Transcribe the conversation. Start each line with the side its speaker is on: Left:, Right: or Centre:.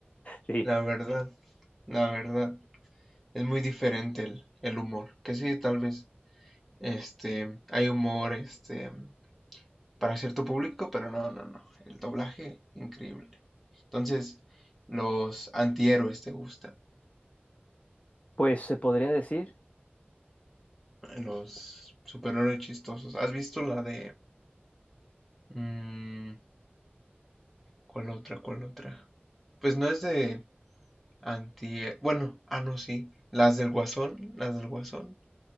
Left: Sí,
Centre: La verdad, la verdad, es muy diferente el, el humor. Que sí, tal vez, este, hay humor, este, para cierto público, pero no, no, no. El doblaje, increíble. Entonces, los antihéroes te gustan.
Left: pues se podría decir.
Centre: Los superhéroes chistosos. ¿Has visto la de... mm, ¿Cuál otra? ¿Cuál otra? Pues no es de anti... Bueno, ah, no, sí. Las del Guasón, las del Guasón.